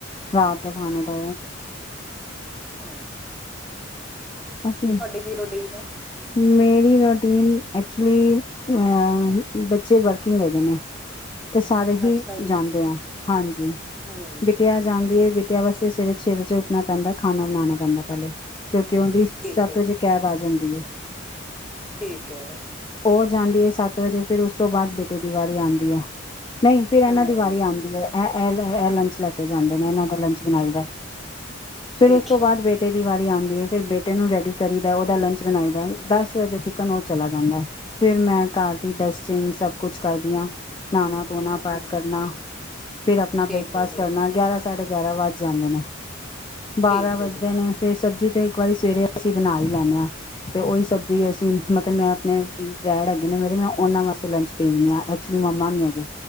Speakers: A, on the left; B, in the centre.
A: ਰਾਤ ਦੇ ਖਾਣੇ ਦਾ
B: ਹੂੰ।
A: ਅਸੀ,
B: ਕੀ ਰੋਟੀਨ ਹੈ?
A: ਮੇਰੀ ਰੋਟੀਨ ਐਕਚੁਲੀ ਅ ਬੱਚੇ ਵਰਕਿੰਗ ਹੈਗੇ ਨੇ ਤੇ ਸਾਰੇ ਹੀ
B: ਅੱਛਾ ਜੀ,
A: ਜਾਂਦੇ ਐਂ, ਹਾਂਜੀ।
B: ਹੂੰ
A: ਬਿਟਿਆ ਜਾਂਦੀ ਏ ਬਿਟਿਆ ਵਾਸੇ ਸਵੇਰੇ ਛੇ ਵਜੇ ਵੋ ਕੈਂਦੈ ਖਾਣਾ ਬਣਾਣਾ ਪੈਂਦਾ ਪੈਲੇ। ਕਿਉਂਕਿ ਔਂਦੀ
B: ਠੀਕ
A: ਸੱਤ
B: ਹੈ
A: ਵਜੇ
B: ਜੀ,
A: ਕੈਬ ਆ ਜਾਂਦੀ ਏ।
B: ਠੀਕ ਐ।
A: ਉਹ ਜਾਂਦੀ ਏ ਸੱਤ ਵਜੇ ਫੇਰ ਉਸ ਤੋਂ ਬਾਦ ਬੇਟੇ ਦੀ ਵਾਰੀ ਆਂਦੀ ਐ। ਨਈ ਫਿਰ ਐਨਾਂ
B: ਹੂੰ
A: ਦੀ ਵਾਰੀ ਆਂਦੀ ਏ, ਇਹ ਐ ਲ, ਐ ਲੰਚ ਲੈ ਕੇ ਜਾਂਦੇ ਨੇ ਐਨਾਂ ਦਾ ਲੰਚ ਬਣਾਈਦੈ। ਫਿਰ
B: ਠੀਕ
A: ਉਸ ਤੋਂ
B: ਹੈ।
A: ਬਾਦ ਬੇਟੇ ਵਾਰੀ ਆਂਦੀ ਏ ਫਿਰ ਬੇਟੇ ਨੂੰ ਰੈਡੀ ਕਰੀਦਾ ਔਦਾ ਲੰਚ ਬਣਾਈ ਦਾ। ਦਸ ਵਜੇ ਟਿਕਣ ਔ ਚਲਾ ਜਾਂਦਾ ਐ। ਫਿਰ ਮੈਂ ਘਰ ਦੀ ਡਸਟਿੰਗ ਸਬ ਕੁਛ ਕਰਦੀ ਆਂ। ਨਹਾਣਾ ਧੋਣਾ,
B: ਹੂੰ,
A: ਪਾਠ ਕਰਨਾ, ਫਿਰ ਆਪਣਾ
B: ਠੀਕ
A: ਬ੍ਰੇਕਫਾਸਟ
B: ਹੈ ਜੀ,
A: ਕਰਨਾ ਗਿਆਰਾਂ-ਸਾਡੇ ਗਿਆਰਾਂ ਵੱਜ ਜਾਂਦੇ ਨੇ। ਬਾਰਾਂ
B: ਠੀਕ
A: ਵਜਦੇ
B: ਹੈ ਜੀ,
A: ਨੇ। ਤੇ ਸਬਜ਼ੀ ਤੇ ਇੱਕ ਵਾਰੀ ਸਵੇਰੇ ਅਸੀ ਬਣਾ ਈ ਲੈਂਨੇ ਆਂ ਤੇ ਔਈ ਸਬਜ਼ੀ ਅਸੀ ਮਤਲਬ ਮੈਂ ਆਪਣੇ ਡੈਡ ਹੈਗੇ ਨੇ ਮੇਰੇ ਮੈਂ ਔਨਾਂ ਵਾਸਤੇ ਲੰਚ ਭੇਜਨੀ ਆਂ। ਐਕਚੁਲੀ ਮੰਮਾ ਨੀ ਹੈਗੀ।